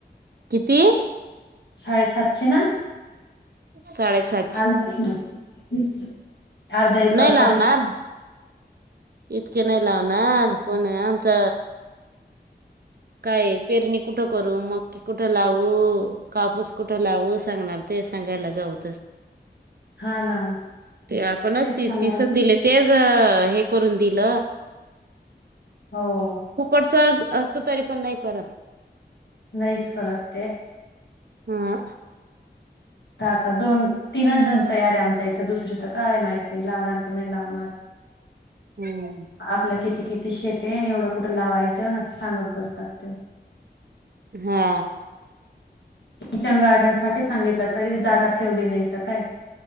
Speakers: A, on the right; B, on the left.
A: किती?
B: साडे सातश ना.
A: साडे सात.
B: <unintelligible> एकर
A: नाही लावणार
B: साठी
A: इतके नाही लावणार कोणी आमचं काय पेरणी कुठं करू मग. कुठं लावू कापूस कुठं लाव सांगणार ते सांगायला जाऊतच.
B: हा ना
A: ते आपणच
B: तेच
A: त
B: ना मग.
A: तिसन दिले तेच हे. करून दिल
B: हो
A: फुकटचं असं. तरी पण नाही करत.
B: नाहीच करत ते.
A: हा.
B: आ आता दोन तीनच जण तयार आहे आमच्या इथं दुसर तर काय माहिती लावणार तर नाही लावणार.
A: हम्म.
B: आपल्या किती किती शेते एवढं कुठं लावायचं सांगत बसतात ते
A: हा.
B: किचन गार्डन साठी सांगितलं तरी जागा ठेवली नाही तर काय?